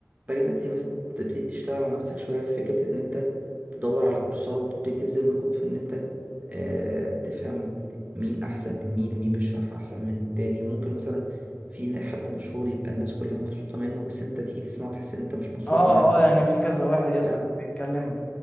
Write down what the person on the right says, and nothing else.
محتاج تبتدي مثلا تبتدي تشتغل على نفسك شويه في فكره ان انت تدور على كورسات تبتدي تبذل مجهود في ان انت آه تفهم مين احسن من مين ومين بيشرح احسن من التاني وممكن مثلا في ن- حد مشهور يبقى الناس كلها مبسوطه منه بس انت تيجي تسمعه وتحس ان انت مش مبسوط
معاه
فاهم